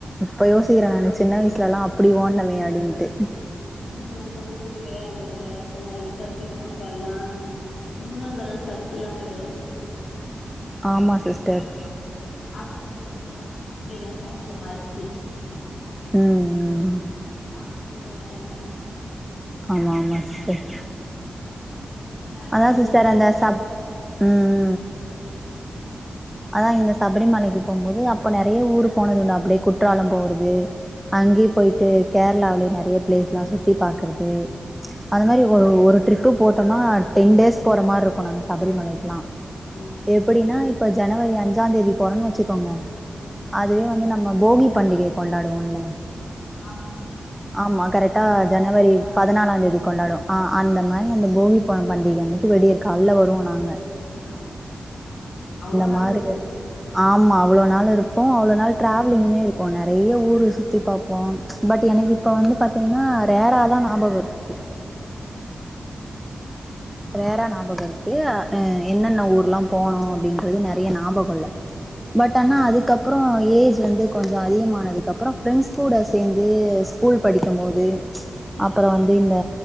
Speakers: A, in the centre; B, on the left.
A: இப்ப யோசிக்குற நானு சின்ன வய்சுல அப்டி
B: ஆனா
A: ஓட்னமே அப்டின்ட்டு
B: சாப்பாடு இது அந்த அளவுக்கு கெடயாதுல அப்பல்லா இப்பருக்க சாப்பாட்லா ஒன்னு அந்தளவுக் சத்துல்லா கடயாது
A: ஆமா சிஸ்டர்
B: நம்ம சாப்புட்றோ வெறும் அரிசி <unintelligible> தா சாப்புட்றோ அரிசி
A: ம் ம்
B: அப்ப சாப்டது வேறல்ல
A: ஆமா ஆமா சிஸ்டர்
B: அது டிராவலிங்ல
A: அதா சிஸ்டர் அந்த சப் ம்
B: <unintelligible>
A: அதா இந்த சபரி மலைக்கு போம்மோது அப்ப நெறய ஊருக் போனது உண்டு அப்டே குற்றாலம் போறது அங்யே
B: ம்
A: போய்ட்டு கேர்ளாவுலே நெறய ப்ளேஸ்லா சுத்தி பாக்கறது அந்த மாதிரி ஒரு ஒரு ட்ரிப்பு போட்டோன்னா டென் டேஸ் போற மார்ருக்கு நாங்க சபரிமலைக்லா
B: ம்
A: எப்புடின்னா இப்ப ஜனவரி அஞ்சாந் தேதி போறோன் வெச்சுக்கோங்க
B: ஆ
A: அதுவே வந்து நம்ம போகிப் பண்டிகைக் கொண்டாடுவோல்ல
B: ஆமா
A: ஆமா கரெக்ட்டா
B: பதினாலாந்
A: ஜனவரி
B: தேதி ஆ அது
A: பதனாலாந்
B: மாரி
A: தேதி கொண்டாடுவோ ஆ அந்த மாரி அந்த போகி பண்டிக அன்னிக்கி விடியற்க் கால்ல வருவோ நாங்க
B: ஆ <unintelligible> அவ்ளோ நாள்
A: மாருக
B: இருப்பீங்ளா
A: ஆம்மா அவ்ளோ நாள் இருப்போ அவ்ளோ நாள் ட்ராவ்லிங்லே இருக்கோ நெறய ஊர் ஊர சுத்தி பாப்போ பட் எனக்கு இப்ப வந்து பாத்திங்ன்னா ரேரா தா ஞாபகோ இருக்கு
B: ம்
A: ரேரா ஞாபகோ இருக்கு அ என்னென்ன ஊர்லா போனோ அப்டின்றது நெறய ஞாபகோ இல்ல பட் ஆனா அதுக்கப்பறோ ஏஜ் வந்து கொஞ்சோ அதிகமானதுக்கு அப்பறோ ஃப்ரெண்ட்ஸ் கூட சேர்ந்து ஸ்கூல் படிக்கமோது அப்பறோ
B: ம்
A: வந்து இந்த